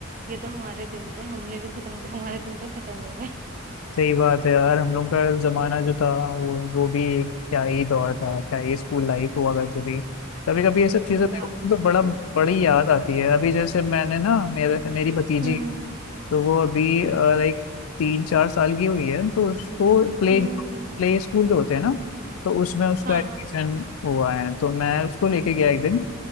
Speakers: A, on the right; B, on the left.
A: ये तो हमारे दिन थे हमने भी खत्म हमारे दिन तो खत्म हो गए
B: सही बात है यार हम लोग का जमाना जो था वो वो भी एक क्या ही दौर था क्या ही स्कूल लाइफ हुआ करती थी कभी कभी
A: <laughs>
B: ये सब चीजें
A: मजा
B: देखो
A: आ
B: तो बड़ा
A: हाँ?
B: बड़ी याद आती है अभी जैसे मैंने ना मेरे मेरी भतीजी
A: हम्म
B: तो वो अभी लाइक तीन चार साल की हुई है तो उसको प्ले
A: हम्म
B: प्ले स्कूल जो होते हैं ना तो उसमें उसका
A: हाँ
B: एडमिशन
A: हाँ
B: हुआ है तो मैं उसको लेके गया एक दिन